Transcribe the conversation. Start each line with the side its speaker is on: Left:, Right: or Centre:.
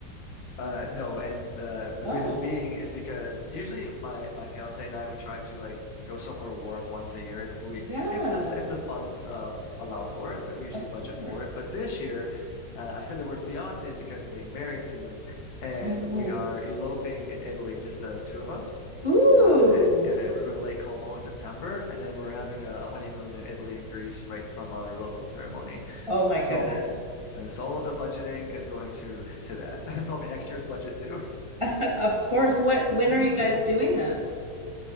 Left: Uh, no, and the the
Right: Oh,
Left: reason being is because usually my my fiance and I we try to like go somewhere warm once a year if we
Right: yeah,
Left: if the if the funds um allow for it. We we usually
Right: of
Left: budget
Right: course.
Left: for it. But this year, uh, I said the word fiance because I'm getting married soon, and
Right: Oh,
Left: we are eloping in Italy, just the two of us.
Right: Ooh.
Left: Uh, and uh, we're going to Lake Como in September, and then we're having a, a honeymoon in Italy and Greece right from our elopement ceremony.
Right: Oh my goodness.
Left: So, uh, so all of the budgeting is going to to that. <laughs> Probably next year's budget too.
Right: <laughs> Of course. What, when
Left: <laughs>
Right: are you guys doing this?